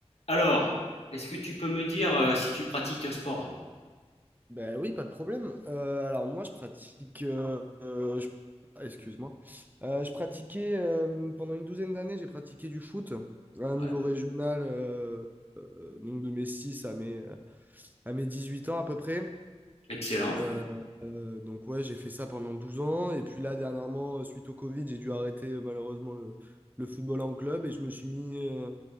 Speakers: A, on the left (about 70°); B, on the right (about 15°).
A: Alors, est-ce que tu peux me dire, heu, si tu pratiques un sport?
B: Ben oui, pas de problème. Euh, alors moi, je pratique. euh, euh, je- ah, Excuse-moi. Euh, je pratiquais euh, pendant une douzaine d'années, j'ai pratiqué du foot à un niveau
A: Ouais,
B: régional, euh, euh, donc de mes 6 à mes, à mes 18 ans à peu près.
A: excellent,
B: Euh, euh, donc ouais, j'ai fait ça pendant 12 ans. Et puis là, dernièrement, suite au Covid, j'ai dû arrêter euh, malheureusement le, le football en club et je me suis mis euh,